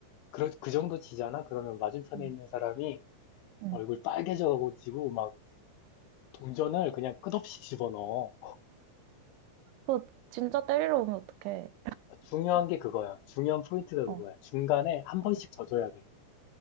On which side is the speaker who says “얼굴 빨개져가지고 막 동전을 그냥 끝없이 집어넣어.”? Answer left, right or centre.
Left